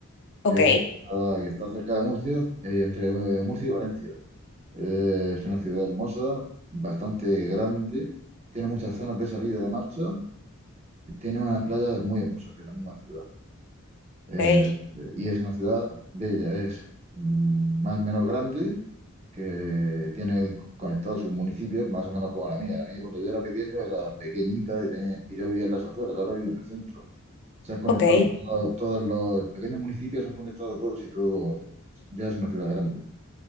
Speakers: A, on the left (about 50°); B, on the right (about 30°).
A: Ok,
B: que es una ciudad que está cerca de Murcia, eh, entre eh, Murcia y Valencia. Eh, es una ciudad hermosa, bastante grande, tiene muchas zonas de salida de marcha y tiene unas playas muy hermosas en la misma ciudad. Eh,
A: ok,
B: y es una ciudad bella, es mm, más o menos grande, que tiene co- conectados sus municipios, más o menos como la mía. La mía cuando yo era pequeño era pequeñita y, tenía- y yo vivía en las afueras, ahora vivo en el centro. Se han conectado
A: ok.
B: todo- todos los pequeños municipios, se han conectado todos y todo ya es una ciudad grande.